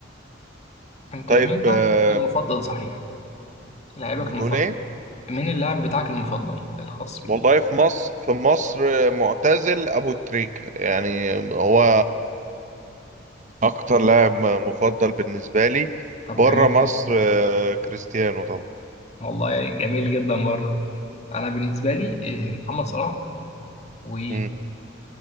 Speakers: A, on the left (about 35°); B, on the right (about 40°).
A: انت
B: طيب
A: مين
B: آه،
A: لاعبك المفضل صحيح لاعبك
B: بتقول
A: المفضل
B: ايه
A: مين اللاعب بتاعك المفضل الخاص بيك
B: والله في مصر في مصر معتزل أبو تريكة يعني هو أكتر لاعب مفضل بالنسبة لي
A: طب
B: بره
A: جميل
B: مصر
A: جدا
B: آه، كريستيانو طبعا
A: والله جميل جدا برضه انا بالنسبة لي إيه، محمد صلاح و
B: مم.